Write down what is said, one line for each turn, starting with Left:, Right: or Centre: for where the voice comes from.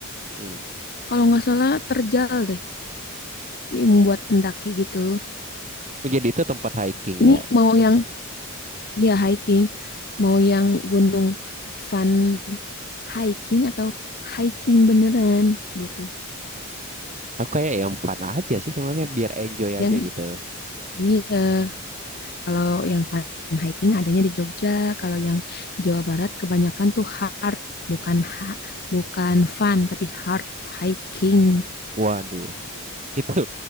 Right: Hmm.
Left: kalau nggak salah terjal deh, Dia membuat pendaki gitu.
Right: Oh, Jadi itu tempat hiking
Left: Ini
Right: ya.
Left: mau yang ya hiking, mau yang gunung fun hiking atau hiking beneran gitu.
Right: Aku kayak yang fun aja sih sebenarnya biar enjoy
Left: Yang
Right: aja gitu.
Left: iya Kalau yang fun hiking adanya di Jogja, kalau yang Jawa Barat kebanyakan tuh hard, bukan ha, bukan fun tapi hard hiking.
Right: Waduh. Itu